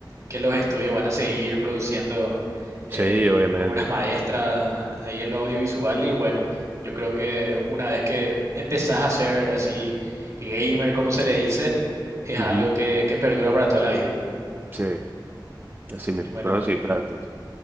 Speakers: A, on the right; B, on the right.
A: que los estudios van a seguir produciendo eh,
B: Sí, obviamente.
A: obras maestras ahí en lo audiovisual y bueno, yo creo que una vez que empezás a ser así gamer, como se le dice, es
B: Ujú,
A: algo que, que perdura para toda la vida.
B: Sí, así mismo.
A: Y bueno,
B: Pero sí, plata.